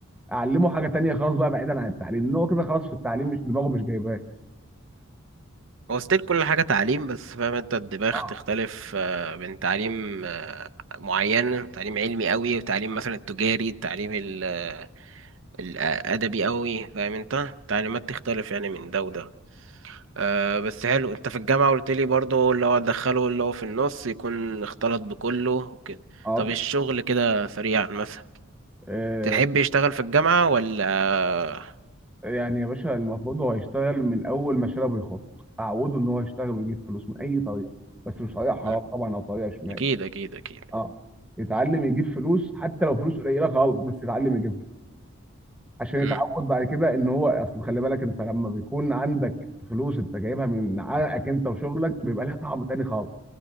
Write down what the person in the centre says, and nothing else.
اعلمه حاجه تانيه خلاص بقى بعيدا عن التعليم ان هو كده خلاص في التعليم مش دماغه مش جايباه
اه
اه
طب-
آه،
يعني يا باشا المفروض هو هيشتغل من اول ما شرب الخط اعوده ان هو يشتغل ويجيب فلوس من اي طريقه بس مش طريقه حرام
طبعا او طريقه شمال
اه يتعلم يجيب فلوس حتى لو فلوس قليله خالص بس يتعلم يجيبها عشان يتعود
بعد كده ان هو اصل خلي بالك انت لما بيكون عندك فلوس انت جايبها من عرقك انت وشغلك بيبقى لها طعم تاني خالص